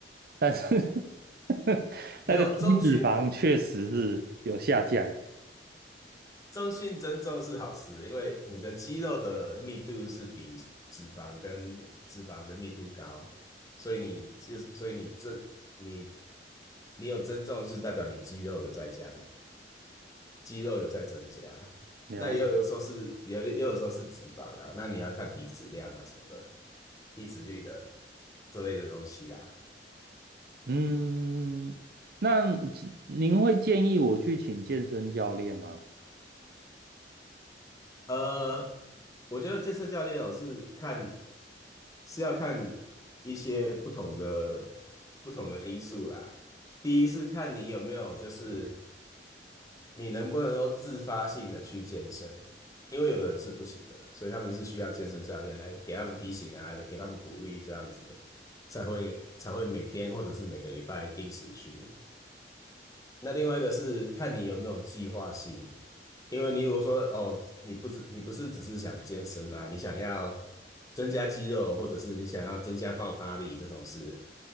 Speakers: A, on the right; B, on the left.
A: 但是 <laughs>
B: 没有重训
A: 那个体脂肪确实是有下降。
B: 中性增重是好事，因为你的肌肉的密度是比脂肪跟脂肪的密度高，所以你就所以你这，你你有增重是代表你肌肉有在加，肌肉有在增加。
A: 了
B: 那也有有时候是也有也有时候是脂肪啊，那你要看体脂量啊什么的，体脂率的这类的东西啦。
A: 嗯，那请您会建议我去请健身教练吗？
B: 呃，我觉得健身教练哦是看是要看一些不同的不同的因素啦。第一是看你有没有，就是你能不能够自发性的去健身，因为有的人是不行的，所以他们是需要健身教练来给他们提醒啊，给他们鼓励，这样子才会才会每天或者是每个礼拜定时去。那另外一个是看你有没有计划性，因为你如果说哦，你不是你不是只是想健身啊，你想要增加肌肉，或者是你想要增加爆发力这种事，